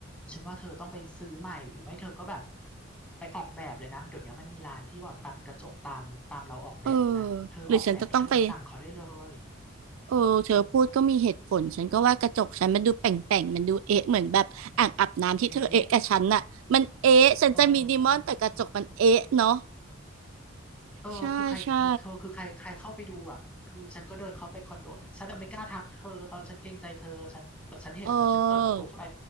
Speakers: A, in the centre; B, on the right.
A: ฉันว่าเธอต้องไปซื้อใหม่หรือไม่เธอก็แบบไปออกแบบเลยนะเดี๋ยวนี้มันมีร้านที่แบบตัดกระจกตามตามเราออกแบบเลยนะเธอออกแบบแล้วเธอไปสั่งเขาได้เลย
B: เออหรือฉันจะต้องไปเออเธอพูดก็มีเหตุผลฉันก็ว่ากระจกฉันมันดูแป่งๆมันดูเอ๊ะเหมือนแบบอ่างอาบน้ำที่เธอเอ๊ะกับฉันน่ะมันเอ๊ะฉันจะมีดีมอนแต่กระจกมันเอ๊ะเนาะ
A: เอ๊ะเออเออคือใครคือเธอคือใครใครเข้าไปดูอ่ะคือฉันก็เดินเข้าไปคอนโดฉันน่ะไม่กล้าทักเธอตอนนั้นฉันเกรงใจเธอ
B: ใช่ใช่
A: ฉันแต่ฉันเห็นแบบฉันเปิดประตูเข้าไป
B: เออ